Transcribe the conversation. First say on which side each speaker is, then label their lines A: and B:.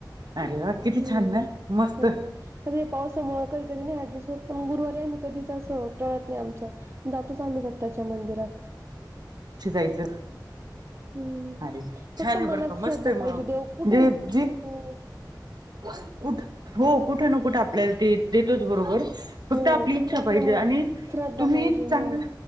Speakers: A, on the right; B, on the right.
A: अरे वा किती
B: हं
A: छान ना मस्त
B: हो आता हे पाऊसामुळं कधी- कधी नाही ऍडजस्ट होत पण, गुरुवारी आम्ही कधीच असं टळत नाही. आमचं जातोचं आम्ही दत्ताच्या मंदिरात.
A: शीजायचं
B: हम्म
A: अरे छानं
B: फक्त
A: आहे.
B: मनात
A: बरं का
B: श्रद्धा
A: मस्तं आहे. मं
B: पाहिजे
A: म्हणजे
B: देव कुठे हो
A: जी कुठं हो कुठे, ना कुठे आपल्याला ते देतोच बरोबर फक्त
B: हो
A: आपली इच्छा
B: आपल्या
A: पाहिजे,
B: मनात
A: आणि
B: श्रद्धा
A: तुम्ही
B: पाहिजे
A: चांगलं
B: हो